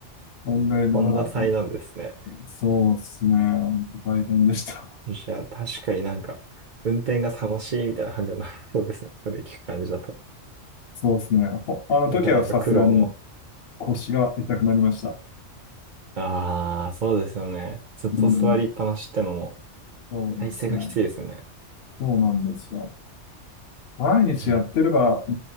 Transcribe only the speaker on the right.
とんだ災難ですね。
じゃあ確かになんか、運転が楽しいみたいな感じじゃなさ <laughs> そうですね。それ聞く感じだと。
なかなか苦労も。
ああ、そうですよね。ずっと座りっぱなしってのも、
体勢がきついですよね。
うん